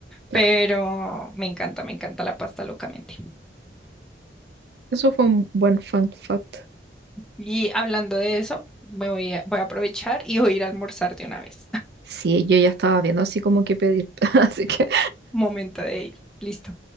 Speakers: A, on the right; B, in the centre.
A: claro.
B: pero me encanta, me encanta la pasta locamente.
A: Eso fue un buen fun fact.
B: Y hablando de eso, me voy a, voy a aprovechar y voy a ir a almorzar de una vez.
A: Sí, yo ya estaba viendo así como que pedir. <laughs> Así que,
B: Momento de ir. Listo.